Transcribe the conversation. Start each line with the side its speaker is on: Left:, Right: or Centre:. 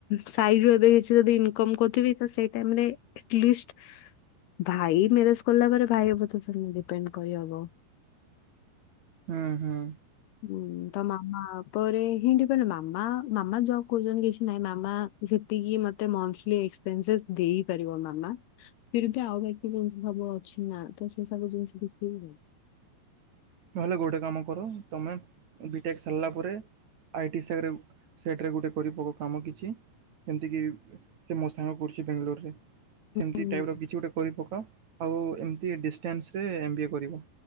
Left: ସାଇଡୁ ରୁ ଏବେ କିଛି ଯଦି ଇନ୍ କମ୍ କରୁଥିବି ତ ସେଇ ଟାଇମ୍ ରେ ଆଟ୍ ଲିଷ୍ଟ। ଭାଇ ମ୍ୟାରେଜ କଲା ପରେ ଭାଇ ଉପରେ <unintelligible> ଡିପେଣ୍ଡ କରିହବ।
Right: ହୁଁ ହୁଁ।
Left: ହୁଁ ତ ମାମା। ଘରେ ହିଁ ଇଣ୍ଡିପେନ୍ ମାମା, ମାମା ଯୋବ କରୁଛନ୍ତି କିଛି ନାହିଁ ମାମା ଯେତିକି ମତେ ମନ୍ଥଲି ପେନସେସ୍ ଦେଇ ପାରିବ ମାମା। ଫିର ବି ଆଉ <unintelligible> ସବୁ ଅଛି ନା, ତ ସେ ସବୁ ଜିନିଷ ଦେଖିବୁ।
Right: ନହେଲେ ଗୋଟେ କାମ କର ତମେ ବିଟେକ୍ ସାରିଲା ପରେ। ଆଇ ଟି ସେରେମ୍ ସେଥିରେ ଗୋଟେ କରି ପକ କାମ କିଛି ଯେମିତିକି। ସେ ମୋ ସାଙ୍ଗ ପଢୁଛି ବାଙ୍ଗାଲୋର ରେ। ଏମତି
Left: ହୁଁ
Right: ଟାଇପ୍ ର କିଛି ଗୋଟେ କରି ପକାଅ, ଆଉ ଏମତି ଡିଷ୍ଟାନ୍ସ ରେ ଏମ୍ ବି ଏ କରିବ।